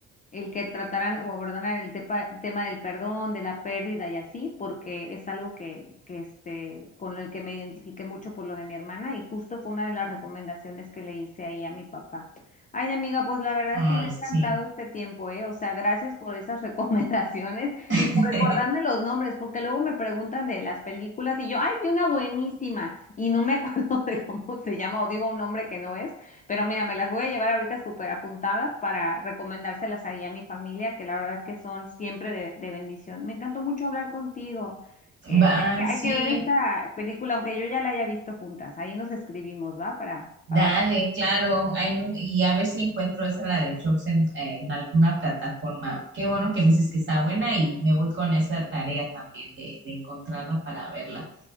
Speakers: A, on the left (about 25°); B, on the right (about 40°).
A: el que trataran o abordaran el tepa- tema del perdón, de la pérdida y así, porque es algo que, que este, con el que me identifiqué mucho por lo de mi hermana y justo fue una de las recomendaciones que le hice ahí a mi papá. Ay, amiga, pues la verdad
B: Ah,
A: es que me ha
B: sí.
A: encantado este tiempo, ¿eh? O sea, gracias por esas <laughs> recomendaciones y
B: <laughs>
A: por recordarme los nombres, porque luego me preguntan de las películas y yo, ay, vi una buenísima y no me acuerdo <laughs> de cómo se llama o digo un nombre que no es. Pero mira, me las voy a llevar ahorita súper apuntadas para recomendárselas ahí a mi familia, que la verdad es que son siempre de, de bendición. Me encantó mucho hablar contigo. Este,
B: Va,
A: hay que hay
B: sí,
A: que ver esta película, aunque yo ya la haya visto juntas. Ahí nos escribimos, ¿va? Para,
B: Dale,
A: para ver.
B: claro, ay, no, y a ver si encuentro esa, la de Chops en, eh, en alguna plataforma. Qué bueno que me dices que está buena y me voy con esa tarea también de, de encontrarla para verla.